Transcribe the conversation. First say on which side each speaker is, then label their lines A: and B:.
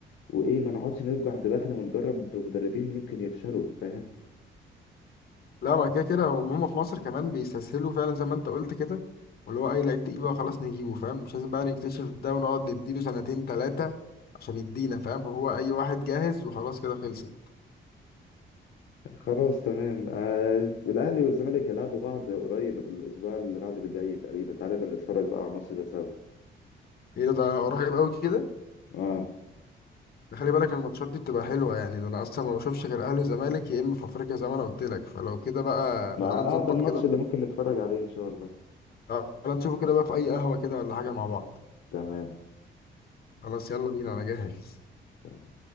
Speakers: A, on the left; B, on the left.
A: وايه ما نقعدش نرجع دماغنا ونجرب مدربين يمكن يفشلوا فاهم
B: لا ما كده كده هم هم في مصر كمان بيستسهلوا فعلا زي ما انت قلت كده واللي هو اي لعيب تقيل بقى خلاص نجيبه فاهم مش لازم بقى نكتشف ده ونقعد نديله سنتين تلاتة عشان يدينا فاهم هو اي واحد جاهز وخلاص كده خلصت
A: خلاص تمام آه، الاهلي والزمالك هيلعبوا بعض قريب الاسبوع اللي بعد اللي جاي تقريبا تعالى نبقى نتفرج بقى على الماتش ده سوا
B: ايه ده ده قريب قوي كده
A: اه
B: ده خلي بالك الماتشات دي بتبقى حلوة يعني ده انا اصلا ما بشوفش غير اهلي وزمالك يا اما في افريقيا زي ما انا قلت لك فلو كده بقى
A: ما
B: تعالى نظبط
A: آه، ده الماتش
B: كده
A: اللي ممكن نتفرج عليه ان شاء الله
B: تعالى نشوفه كده بقى في اي قهوة كده ولا حاجة مع بعض
A: تمام
B: خلاص يلا بينا انا جاهز
A: تمام